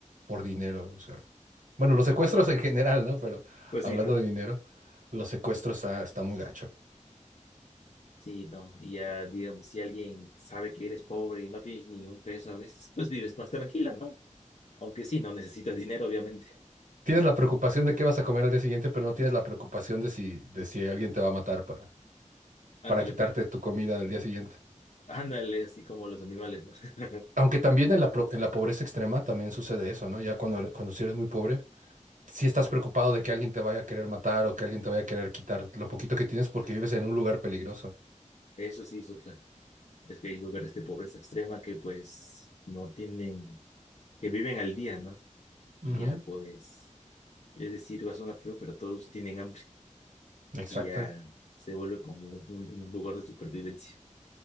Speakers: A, on the right; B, on the left.
A: por dinero. O sea, bueno, los secuestros en general, ¿no? Pero
B: pues
A: hablando
B: sí, ¿no?
A: de dinero, los secuestros está, está muy gacho.
B: Sí, no, y ya digamos, si alguien sabe que eres pobre y no tienes ni un peso a veces, pues vives más tranquila, ¿no? Aunque sí, no necesitas dinero, obviamente.
A: Tienes la preocupación de qué vas a comer al día siguiente, pero no tienes la preocupación de si, de si alguien te va a matar para,
B: Ándale
A: para quitarte
B: para acá.
A: tu comida del día siguiente.
B: Ándale, así como los animales, ¿no? <laughs>
A: Aunque también en la, pro- en la pobreza extrema también sucede eso, ¿no? Ya cuando, eres- cuando si eres muy pobre, sí estás preocupado de que alguien te vaya a querer matar o que alguien te vaya a querer quitar lo poquito que tienes porque vives en un lugar peligroso.
B: Eso sí es otra. Es que hay lugares de pobreza extrema que pues no tienen, que viven al día, ¿no? Y
A: Ujú,
B: ya pues, es decir, va a sonar feo, pero todos tienen hambre
A: Exacto,
B: y ya se vuelve como un, un lugar de supervivencia.